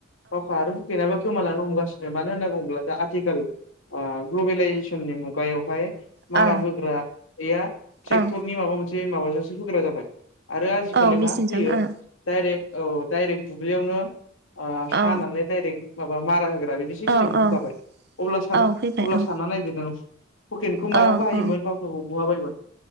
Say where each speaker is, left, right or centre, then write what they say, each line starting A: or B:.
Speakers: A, on the left; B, on the right.
A: बावखा आरो हुकेनाबो गोमालानो हमगा मानो होनना बुङोब्ला दा आथिखाल ग्लबेलइजेसननि मुगायावहाय मारा
B: औ
A: होग्राया ट्रेक्टरनि
B: औ
A: माबा मोनसे माबाजोंसो होग्रा जाबाय, आरो आजिखालि
B: औ मेचिनजों
A: मा हैयो
B: औ
A: डाइरेक्ट औ डाइरेक्ट दुब्लियावनो ओ हानानै
B: औ
A: दायरेक माबा मारा होन फोरा बिदि सिस्टेम
B: औ
A: गुगाबाय,
B: औ
A: अब्ला सानना
B: औ फैबाय
A: अब्ला
B: औ
A: सानना नायदो नों हुखेनखौ मायाव
B: औ
A: बाहायोमोन
B: औ
A: बावखाखौ हुवा बायोमोन।